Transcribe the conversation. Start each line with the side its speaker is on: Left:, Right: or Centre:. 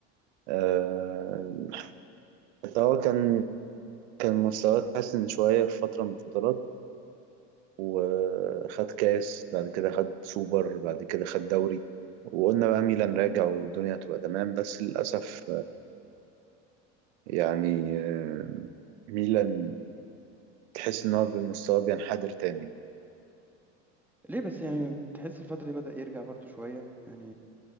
Right: آه... بس هو كان كان مستواه اتحسن شويه في فتره من الفترات وخد كاس بعد كده خد سوبر بعد كده خد دوري وقلنا بقى ميلان راجع والدنيا هتبقى تمام بس للأسف يعني آه، ميلان تحس ان هو بمستواه بينحدر تاني
Centre: ليه بس يعني تحس الفترة دي بدأ يرجع برضو شوية يعني